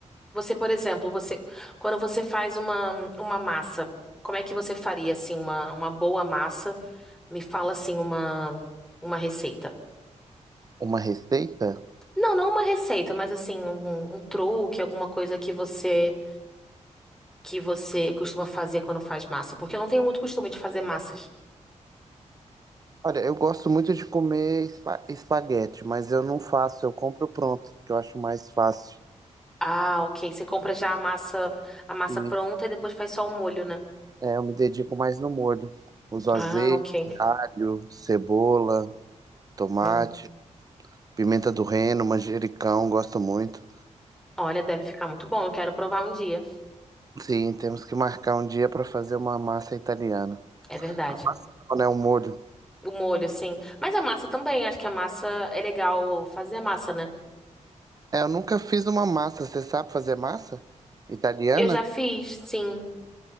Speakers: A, in the centre; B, on the right.
A: você, por exemplo, você, quando você faz uma, uma massa, como é que você faria assim uma, uma boa massa? Me fala assim uma, uma receita.
B: Uma receita?
A: Não, não uma receita, mas assim um, um truque, alguma coisa que você que você costuma fazer quando faz massa, porque eu não tenho muito costume de fazer massas.
B: Olha, eu gosto muito de comer espa- espaguete, mas eu não faço, eu compro pronto, que eu acho mais fácil.
A: Ah, ok. Você compra já a massa a massa
B: E
A: pronta e depois faz só o molho, né?
B: é, eu me dedico mais no molho. Uso azeite,
A: Ah, ok.
B: alho, cebola, tomate,
A: Hum.
B: pimenta do reino, manjericão, gosto muito.
A: Olha, deve ficar muito bom. Eu quero provar um dia.
B: Sim, temos que marcar um dia para fazer uma massa italiana.
A: É verdade.
B: A massa não, né? O molho.
A: O molho, sim. Mas a massa também, acho que a massa é legal fazer a massa, né?
B: É, eu nunca fiz uma massa. Você sabe fazer massa italiana?
A: Eu já fiz, sim.